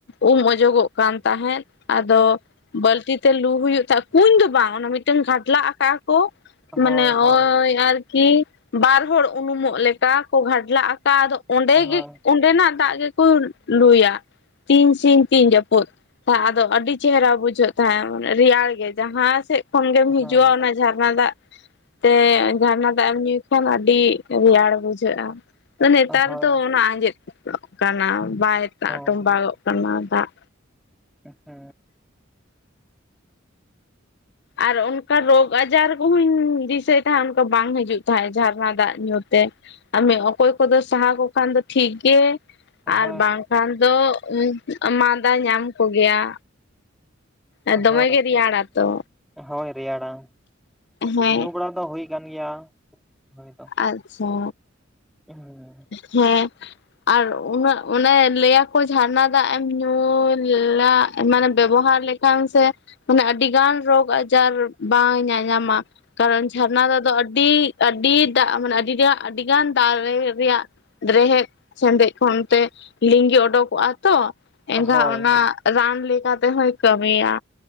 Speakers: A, on the left (about 60°); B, in the centre.
A: ᱩᱢ ᱚᱡᱚᱜᱚᱜ ᱠᱟᱱ ᱛᱟᱦᱮᱸᱫ᱾ ᱟᱫᱚ ᱵᱟᱹᱞᱛᱤ ᱛᱮ ᱞᱩ ᱦᱩᱭᱩᱜ ᱛᱟᱭ ᱠᱩᱧ ᱫᱚ ᱵᱟᱝ ᱚᱱᱟ ᱢᱤᱫᱴᱮᱱ ᱜᱷᱟᱰᱞᱟᱜ ᱟᱠᱟᱜᱼᱟ ᱠᱚ,
B: ᱦᱳᱭ
A: ᱢᱟᱱᱮ
B: ᱦᱳᱭ
A: ᱚᱭ ᱟᱨᱠᱤ ᱵᱟᱨ ᱦᱚᱲ ᱩᱱᱩᱢᱚᱜ ᱞᱮᱠᱟ ᱠᱚ ᱜᱷᱟᱰᱞᱟᱜ ᱟᱠᱟᱜ ᱟᱫᱚ ᱚᱸᱰᱮ
B: ᱦᱳᱭ
A: ᱜᱮ ᱚᱸᱰᱮᱱᱟᱜ ᱫᱟᱜ ᱜᱮᱠᱚ ᱞᱩᱭᱟ ᱛᱤᱱ ᱥᱤᱧ ᱛᱤᱱ ᱡᱟᱹᱯᱩᱫ᱾ ᱟᱫᱚ ᱟᱹᱰᱤ ᱪᱮᱦᱨᱟ ᱵᱩᱡᱷᱟᱹᱜ ᱛᱟᱦᱮᱸᱫ ᱢᱟᱱᱮ ᱨᱮᱭᱟᱲ ᱜᱮ ᱡᱟᱦᱟᱸ ᱥᱮᱫ ᱡᱚᱠᱷᱚᱱ ᱜᱮᱢ
B: ᱦᱳᱭ
A: ᱦᱤᱡᱩᱜᱼᱟ,
B: ᱦᱳᱭ
A: ᱚᱱᱟ ᱡᱷᱟᱨᱱᱟ ᱫᱟᱜ ᱛᱮ ᱡᱷᱟᱨᱱᱟ ᱫᱟᱜ ᱮᱢ ᱧᱩ ᱮᱠᱷᱟᱱ ᱟᱹᱰᱤ ᱨᱮᱭᱟᱲ ᱵᱩᱡᱷᱟᱹᱜᱼᱟ᱾ ᱱᱮᱛᱟᱨ
B: ᱦᱳᱭ ᱦᱳᱭ
A: ᱫᱚ ᱚᱱᱟ ᱟᱸᱡᱮᱫᱚᱜ ᱠᱟᱱᱟ ᱵᱟᱭ ᱫᱟᱜ
B: ᱦᱳᱭ
A: ᱴᱚᱢᱵᱟᱜᱚᱜ ᱠᱟᱱᱟ ᱫᱟᱜᱼᱼ
B: ᱦᱩ ᱸ
A: ᱟᱨ ᱚᱱᱠᱟ ᱨᱳᱜᱽ ᱟᱡᱟᱨ ᱠᱚᱦᱚᱧ ᱫᱤᱥᱟᱹᱭ ᱛᱟᱦᱮᱸᱫ ᱚᱱᱠᱟ ᱵᱟᱝ ᱦᱤᱡᱩᱜ ᱛᱟᱦᱮᱸᱜ ᱡᱷᱟᱨᱱᱟ ᱫᱟᱜ ᱧᱩ ᱛᱮ᱾ ᱢᱟᱱᱮ ᱚᱠᱚᱭ ᱠᱚ ᱫᱚ ᱥᱟᱦᱟᱣ ᱠᱚ ᱠᱷᱟᱱ ᱫᱚ ᱴᱷᱤᱠ ᱜᱮ
B: ᱦᱳᱭ
A: ᱟᱨ ᱵᱟᱝᱠᱷᱟᱱ ᱫᱚ ᱢᱟᱫᱟ ᱧᱟᱢ ᱠᱚᱜᱮᱭᱼᱟ᱾
B: ᱦᱳᱭ
A: ᱮ ᱫᱚᱢᱮ ᱜᱮ ᱨᱮᱭᱟᱲᱟ ᱛᱚ᱾
B: ᱦᱳᱭ ᱨᱮᱭᱟᱲᱼᱟ
A: ᱦᱮᱸ
B: ᱧᱩ ᱵᱟᱲᱟ ᱫᱚ ᱦᱩᱭ ᱠᱟᱱ ᱜᱮᱭᱟ ᱦᱳᱭ ᱛᱚᱼᱼᱼ
A: ᱟᱪᱪᱷᱟᱼᱼ
B: <inaudible>
A: ᱦᱮᱸᱻ ᱟᱨ ᱩᱱᱟᱹᱜ ᱚᱱᱮ ᱞᱟᱹᱭᱟᱠᱚ ᱡᱷᱟᱨᱱᱟ ᱫᱟᱜ ᱮᱢ ᱧᱩ ᱞᱟ ᱢᱟᱱᱮ ᱵᱮᱵᱚᱦᱟᱨ ᱞᱮᱠᱷᱟᱱ ᱠᱷᱟᱱ ᱥᱮ ᱢᱟᱱᱮ ᱟᱹᱰᱤ ᱜᱟᱱ ᱨᱳᱜᱽ ᱟᱡᱟᱨ ᱵᱟᱝ ᱧᱟᱧᱟᱢᱟ᱾ ᱠᱟᱨᱚᱱ ᱡᱷᱟᱨᱱᱟ ᱫᱚᱜ ᱫᱚ ᱟᱹᱰᱤ ᱟᱹᱰᱤ ᱫᱟᱜ ᱢᱟᱱᱮ ᱟᱹᱰᱤ ᱟᱹᱰᱤ ᱜᱟᱱ ᱫᱟᱜ ᱨᱮ ᱨᱮᱭᱟᱜ ᱨᱮᱦᱮᱫ ᱥᱮᱸᱫᱮᱡ ᱠᱷᱚᱱ ᱛᱮ ᱞᱤᱸᱜᱤᱸ ᱚᱰᱚᱠᱚᱜᱼᱟ ᱛᱚ᱾ ᱮᱱᱠᱷᱟᱱ
B: ᱦᱳᱭ
A: ᱚᱱᱟ ᱨᱟᱱ ᱞᱮᱠᱟ ᱛᱮᱦᱚᱭ ᱠᱟᱹᱢᱤᱭᱼᱟ